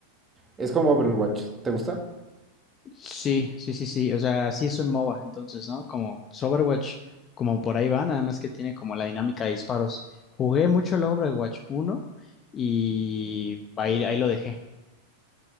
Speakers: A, on the right (about 15°); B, on the left (about 25°).
A: Es como Overwatch, ¿te gusta?
B: Sí, sí, sí, sí. O sea, sí es un MOBA, entonces, ¿no? Como pues, Overwatch, como por ahí va, nada más que tiene como la dinámica de disparos. Jugué mucho el Overwatch uno y ahí, ahí lo dejé.